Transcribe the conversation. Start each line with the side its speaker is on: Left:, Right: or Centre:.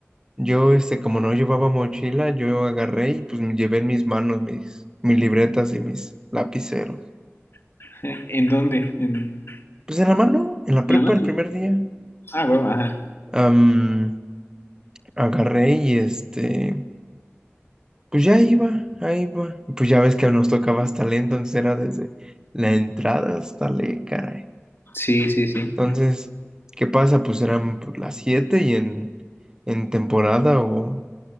Right: yo, este, como no llevaba mochila, yo agarré y pues me llevé en mis manos mis, mis libretas y mis lapiceros.
Left: <laughs> ¿en dónde? ¿En,
Right: Pues en la mano, en la prepa
Left: en la mano?
Right: el primer día.
Left: Ah, huevo, ajá.
Right: Am, agarré y este, pues ya iba, ahí iba. Pues ya ves que nos tocaba hasta lento, entonces era desde la entrada hasta le, caray.
Left: Sí, sí, sí.
Right: Entonces, ¿qué pasa? Pues eran pues, las 7 y en, en temporada o,